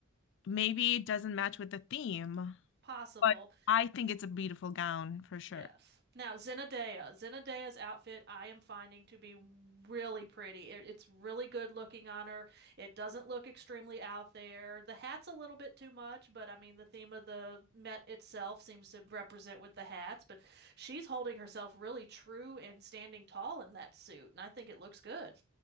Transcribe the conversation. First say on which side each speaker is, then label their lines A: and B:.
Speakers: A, on the left (about 55°); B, on the right (about 50°).
A: Maybe it doesn't match with the theme,
B: Possible.
A: but I think it's a beautiful gown for sure.
B: Yes. Now, Zenadea. Zenadea's outfit I am finding to be really pretty. It, it's really good looking on her. It doesn't look extremely out there. The hat's a little bit too much, but I mean, the theme of the Met itself seems to represent with the hats, but she's holding herself really true and standing tall in that suit, and I think it looks good.